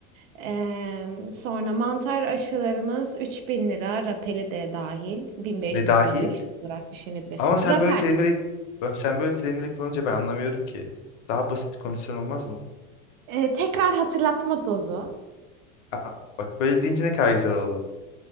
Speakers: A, on the right; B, on the left.
A: Em, sonra mantar aşılarımız 3000 lira, rapeli de dahil 1500-1500
B: Ne dahil?
A: olarak düşünebilirsin.
B: Ama sen
A: Rapel,
B: böyle terimleri ben sen böyle terimleri kullanınca ben anlamıyorum ki. Daha basit komisyon olmaz mı?
A: e, tekrar hatırlatma dozu.
B: Aa, bak böyle deyince ne kadar güzel oldu.